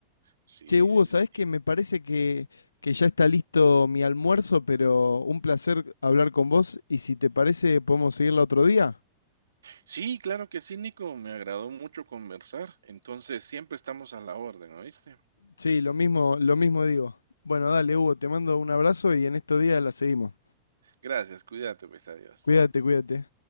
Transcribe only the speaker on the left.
Che, Hugo,
¿sabés
que Me parece que, que ya está listo mi almuerzo, pero un placer hablar con vos y si te parece podemos seguirla otro día.
Sí, lo mismo, lo mismo digo. Bueno, dale, Hugo, te mando un abrazo y en estos días la seguimos.
Cuídate, cuídate.